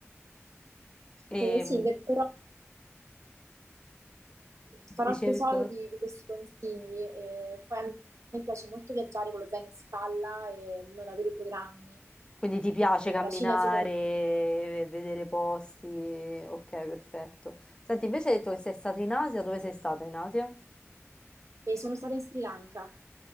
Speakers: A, on the left; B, on the right.
A: E
B: Eh, sì,
A: mh,
B: ne- però farò
A: dicevi,
B: tesoro
A: scusa?
B: di, di questi consigli. E poi a me piace molto viaggiare con lo zaino in spalla e non avere programmi.
A: Quindi ti piace
B: Eh,
A: camminare,
B: la Cina, secondo
A: vedere posti, ok, perfetto. Senti, invece hai detto che sei stata in Asia, dove sei stata in Asia?
B: me, sono stata in Sri Lanka,